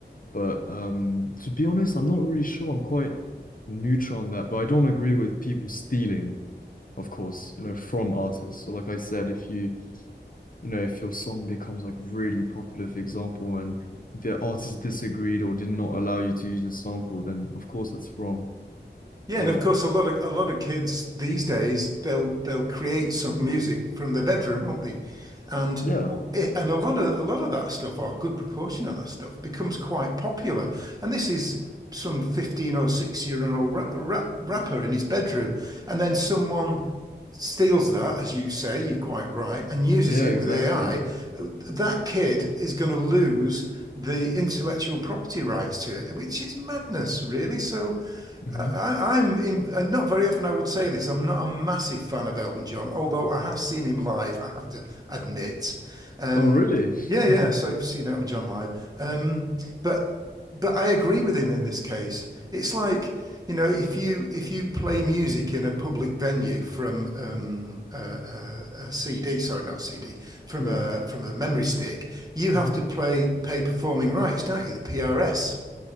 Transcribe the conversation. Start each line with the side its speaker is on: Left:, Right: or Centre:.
Left: But um to be honest, I'm not really sure. I'm quite neutral on that, but I don't agree with people stealing, of course, you know, from artists. So like I said, if you you know, if your song becomes like really popular, for example, and the artist disagreed or did not allow you to use the sample, then of course that's wrong.
Right: Yeah,
Left: But
Right: and of course, a lot of a lot of kids these days they'll they'll create some music from their bedroom, won't they? And
Left: yeah,
Right: w- i- and a lot of a lot of that stuff, or a good proportion of that stuff, becomes quite popular. And this is some 15 or 6 year old rap, rap, rapper in his bedroom, and then someone steals that, as you say, you're quite right, and uses
Left: yeah,
Right: it
Left: exactly.
Right: with AI. That kid is going to lose the intellectual property rights to it, which is madness, really. So.
Left: hmm
Right: I, I'm in, and not very often I would say this. I'm not a massive fan of Elton John, although I have seen him live, I have to admit. Um,
Left: Oh, really?
Right: yeah, yeah.
Left: <laughs>
Right: So I've seen Elton John live. Um, but but I agree with him in this case. It's like, you know, if you if you play music in a public venue from um, a, a CD, sorry, not a CD, from
Left: Yeah.
Right: a from a memory stick, you have
Left: hmm
Right: to play pay performing rights, don't you? The PRS.